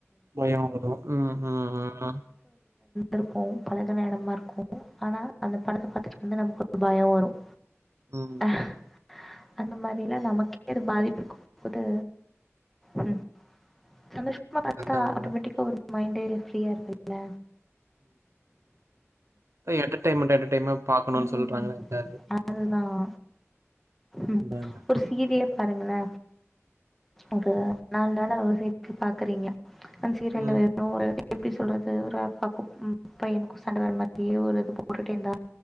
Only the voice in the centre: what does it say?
இருப்போம் பல <unintelligible> இடமா இருக்கும் ஆனா அந்த படத்தை பார்த்துட்டு <unintelligible> பயம் வரும்
அஹ், அந்த மாரிலா நமக்கே அது பாதிப்பு கொடுக்கும்போது ம் சந்தோஷமா
ஆட்டோமேட்டிக்கா ஒரு மைண்டு ஃப்ரீயா இருக்ல்ல
ம்,
அதுதான் ம்.
ஒரு சீரியல் பாருங்களேன் ஒரு நாலு நாள் அவர் <unintelligible> பார்க்குறீங்க அன் சீரல்ல
வேணும் ஒரு எப்டி சொல்றது ஒரு அப்பாக்கும் ம் பையனு சண்டை வர மாதிரியே ஒரு இது போட்டுட்டே இருந்தா